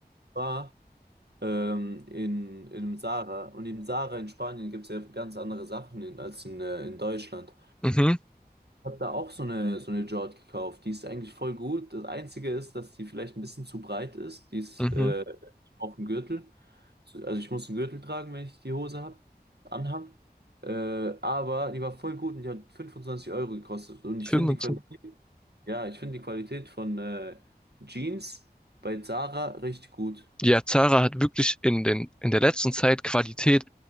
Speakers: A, on the right; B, in the centre.
A: war ähm, in, in einem Zara und im Zara in Spanien gibt es ja ganz andere Sachen in, als in, äh, in Deutschland.
B: mhm,
A: habe da auch so eine, so eine Jord gekauft. Die ist eigentlich voll gut. Das Einzige ist, dass die vielleicht ein bisschen zu breit ist. Die ist
B: mhm.
A: äh, auch ein Gürtel. So- Also ich muss einen Gürtel tragen, wenn ich die Hose hab, anhab. Äh, aber die war voll gut und die hat 25 Euro gekostet. Und ich
B: Film
A: finde
B: und
A: die Qualität,
B: so.
A: ja, ich finde die Qualität von äh, Jeans bei Zara richtig gut.
B: Ja, Zara hat wirklich in den, in der letzten Zeit Qualität,